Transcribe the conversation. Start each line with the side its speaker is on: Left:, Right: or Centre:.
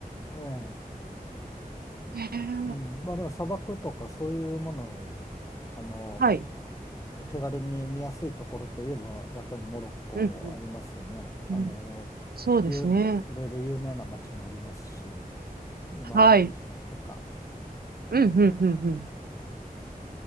Left: え
Right: へー
Left: うん。まあでも砂漠とかそういうものを、あの、
Right: はい。
Left: 手軽に見やすいところといえば、やっぱりモロッコありますよね。
Right: うん、うん、
Left: あの、
Right: うん。そうですね。
Left: ゆいろいろ有名な街もありますし、マラケシュとか。
Right: はい。うん、
Left: うん、
Right: うん、うん、うん。
Left: うん